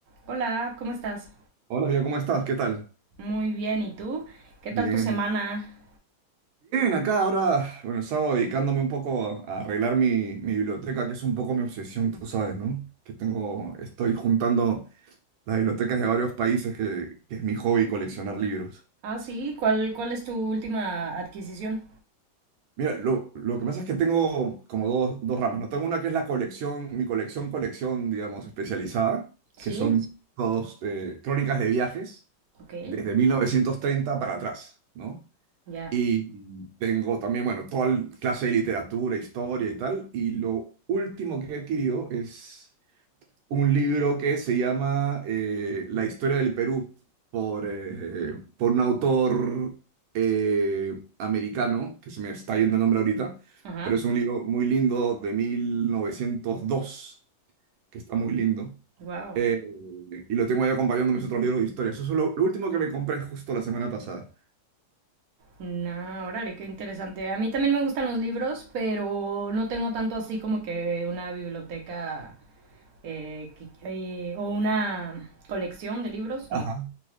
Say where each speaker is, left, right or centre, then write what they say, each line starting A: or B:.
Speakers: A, on the right; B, on the right.
A: Hola, ¿cómo estás?
B: Hola, Río, ¿cómo estás? ¿Qué tal?
A: Muy bien, ¿y tú? ¿Qué tal
B: Bien,
A: tu semana?
B: bien. acá ahora, bueno, estaba dedicándome un poco a, a arreglar mi, mi biblioteca, que es un poco mi obsesión, tú sabes, ¿no? Que tengo, estoy juntando las bibliotecas de varios países, que, que es mi hobby coleccionar libros.
A: Ah, sí, ¿cuál, cuál es tu última adquisición?
B: Mira, lo, lo que pasa es que tengo como dos, dos ramas, ¿no? Tengo una que es la colección, mi colección, colección, digamos, especializada,
A: Sí,
B: que son todos eh, crónicas de viajes
A: ok,
B: desde 1930 para atrás, ¿no?
A: ya.
B: Y tengo también, bueno, toda el- clase de literatura, historia y tal. Y lo último que he adquirido es un libro que se llama eh, La historia del Perú por, eh, por un autor eh, americano, que se me está yendo el nombre ahorita,
A: Ajá,
B: pero es un libro muy lindo de 1902 que está muy lindo.
A: wow.
B: Eh, y lo tengo ahí acompañando mis otros libros de historia. Eso es lo, lo último que me compré justo la semana pasada.
A: Nah, órale, qué interesante. A mí también me gustan los libros, pero no tengo tanto así como que una biblioteca eh, que- eh, o una colección de libros,
B: Ajá.
A: no.